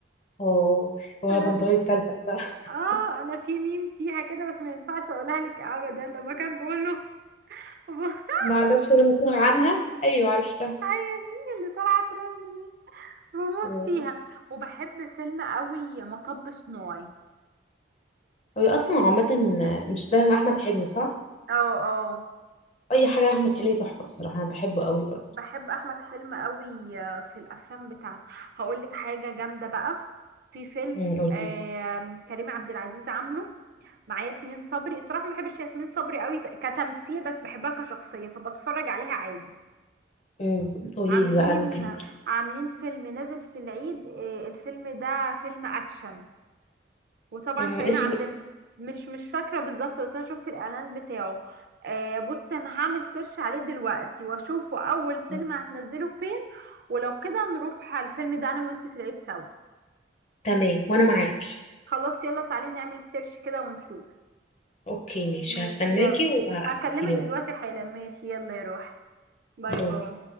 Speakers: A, on the left; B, on the right.
A: اه وبنطلونة
B: انا في
A: فزق بقى <laughs>
B: اه انا في ميم فيها كده بس ما ينفعش اقولها لك ابدا لما كان بيقول له <laughs>
A: ما اعرفش إن انا تاه عنها ايوه عرفتها
B: هي دي اللي طالعة ترند دي بموت
A: آه.
B: فيها وبحب فيلم قوي مطب صناعي
A: هو اصلا عامة مش ده احمد حلمي صح؟
B: اه اه
A: اي حاجه لاحمد حلمي تحفه بصراحه انا بحبه قوي برضه
B: بحب احمد حلمي قوي آه، في الافلام بتاعته هقول لك حاجه جامده بقى في فيلم
A: امم قولي
B: آم،
A: لي
B: كريم عبد العزيز عامله مع ياسمين صبري الصراحه ما بحبش ياسمين صبري قوي ت- كتمثيل بس بحبها كشخصيه فبتفرج عليها عادي
A: امم قولي
B: عاملين
A: لي بقى من فيلم
B: عاملين فيلم نازل في العيد آه، الفيلم ده فيلم اكشن وطبعا
A: امم
B: كريم
A: اسمه
B: عبد ال... مش مش فاكره بالظبط بس انا شفت الاعلان بتاعه آه بص انا هعمل سيرش عليه دلوقتي واشوفه اول سينما
A: ايه
B: هتنزله فين ولو كده نروح على الفيلم ده انا وانتي في العيد سوا
A: تمام وانا معاكي
B: خلاص يلا تعالي نعمل سيرش كده ونشوف
A: اوكي ماشي
B: ماشي
A: هستناكي
B: يلا
A: وهتقولي
B: هكلمك
A: لي بقى
B: دلوقتي حالا ماشي يلا يروح باي
A: باي.
B: باي